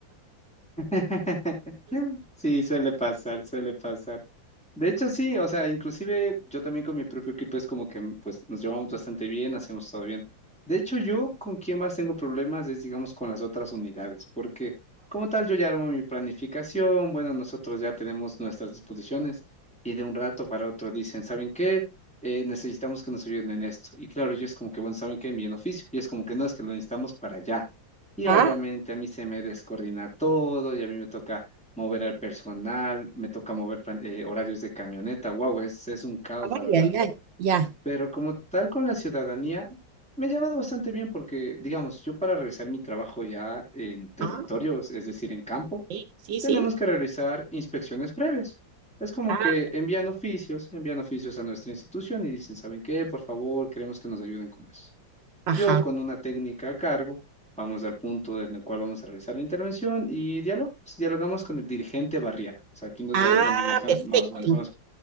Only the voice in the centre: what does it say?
<laughs> Sí, suele pasar, suele pasar. De hecho, sí, o sea, inclusive yo también con mi propio equipo es como que mm, pues nos llevamos bastante bien, hacemos todo bien. De hecho, yo con quien más tengo problemas es, digamos, con las otras unidades, porque como tal yo ya armo mi planificación, bueno, nosotros ya tenemos nuestras disposiciones y de un rato para otro dicen, ¿saben qué? Eh, necesitamos que nos ayuden en esto. Y claro, yo es como que, bueno, ¿saben qué? Envíen oficio. Y es como que no, es que lo necesitamos para allá. Y
obviamente a mí se me descoordina todo y a mí me toca mover al personal, me toca mover plan- eh, horarios de camioneta. Wow, es, es un caos,
la verdad.
Pero como tal con la ciudadanía, me he llevado bastante bien porque, digamos, yo para realizar mi trabajo ya en territorio,
es es decir, en campo,
tenemos
que realizar inspecciones previas. Es como
que envían oficios, envían oficios a nuestra institución y dicen, ¿saben qué? Por favor, queremos que nos ayuden con eso.
Yo con una técnica a cargo, vamos al punto en el cual vamos a realizar la intervención y dialogamos, dialogamos con el dirigente barrial. O sea, aquí nos,
vare- nos maneja-
nos manejamos,